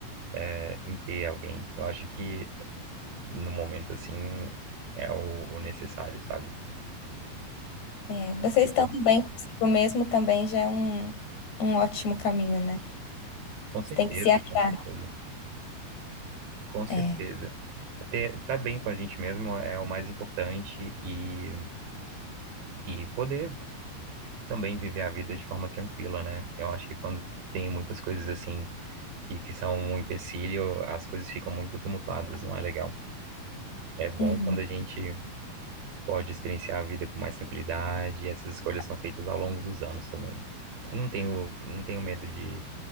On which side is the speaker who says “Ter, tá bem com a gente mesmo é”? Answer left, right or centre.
Right